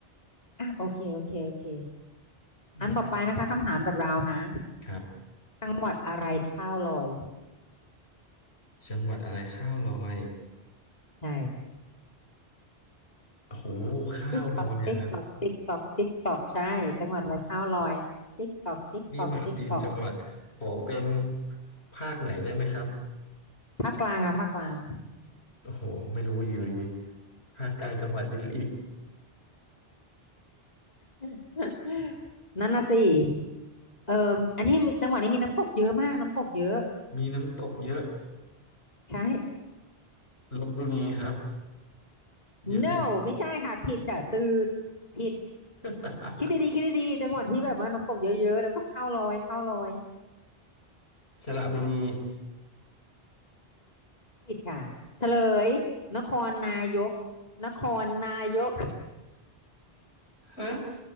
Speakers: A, on the left; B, on the left.
A: อ่ะโอเคโอเคโอเค
B: อืม
A: อันต่อไปนะคะคำถามจากเรานะ
B: ครับ
A: จังหวัดอะไรข้าวลอย
B: จังหวัดอะไรข้าวลอย
A: ใช่
B: โอ้โหข้าวลอยอะครับ
A: ติ๊กตอกติ๊กตอกติ๊กตอกติ๊กตอกใช่จังหวัดอะไรข้าวลอย ติ๊กตอกติ๊กตอกติ๊กตอก
B: นี่มาตีมจังหวัดขอเป็นภาคไหนได้ไหมครับ
A: ภาคกลางค่ะภาคกลาง
B: โอ้โหไม่รู้อยู่ดีภาคกลางจังหวัดเยอะอีก
A: <laughs> นั่นน่ะสิเอออันนี้มีจังหวัดนี้มีน้ำตกเยอะมากน้ำตกเยอะ
B: มีน้ำตกเยอะ
A: ใช่
B: ลพบุรีครับเยอะ
A: no ไม่ใช่ค่ะผิดค่ะตืดผิด
B: <laughs>
A: คิดดีๆคิดดีๆจังหวัดที่แบบว่าน้ำตกเยอะๆแล้วก็ข้าวลอยข้าวลอย
B: สระบุรี
A: ผิดค่ะเฉลยนครนายกนครนายก
B: ฮะ